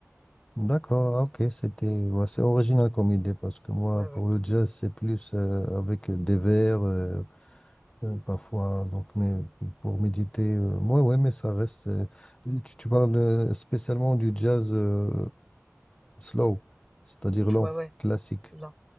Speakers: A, on the left (about 20°); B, in the centre.
A: D'accord, ah, ok, c'était, ouais, c'est original comme idée parce que moi,
B: Ouais,
A: pour
B: ouais.
A: le jazz, c'est plus euh, avec des vers, euh, euh, parfois, donc, mais pour méditer, euh, ouais, ouais, mais ça reste. euh, tu, tu parles euh, spécialement du jazz euh, slow, c'est-à-dire lent,
B: Ouais, ouais.
A: classique.
B: la